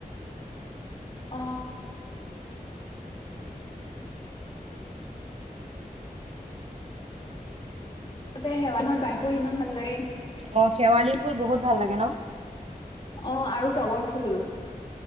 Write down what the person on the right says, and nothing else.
অ', শেৱালি ফুল বহুত ভাল লাগে ন?